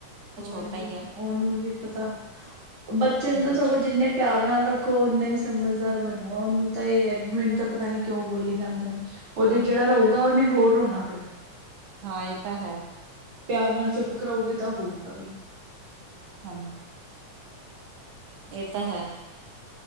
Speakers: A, on the right (about 70°); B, on the right (about 50°).
A: ਤਾਂ
B: ਹੋਰ
A: ਛੋਟਾ
B: ਕੀ
A: ਹੀ ਆ
B: ਉਹਨੂੰ ਕੀ ਪਤਾ ਬੱਚੇ ਨੂੰ
A: ਹਮ
B: ਤਾਂ ਸਗੋਂ ਜਿੰਨੇ ਪਿਆਰ ਨਾਲ ਰੱਖੋ ਉਨਾ ਹੀ ਸਮਝਦਾਰ ਬਣੂਗਾ ਉਹਨੂੰ ਤਾਂ ਇਹ ਹੈ ਵੀ ਮੈਨੂੰ ਤਾਂ ਪਤਾ ਨੀ ਕਿਉਂ ਬੋਲੀ ਜਾਂਦੇ ਨੇ ਉਹਦੇ ਜਿਹੜਾ ਰੋਊਗਾ ਉਹਨੇ ਹੋਰ ਰੋਣਾ ਫਿਰ
A: ਹਾਂ ਇਹ ਤਾਂ ਹੈ
B: ਪਿਆਰ ਨਾਲ ਚੁੱਪ ਕਰਾਊਗੇ ਤਾਂ ਹੋਊਗਾ ਵੀ
A: ਹਾਂਜੀ ਇਹ ਤਾ ਹੈ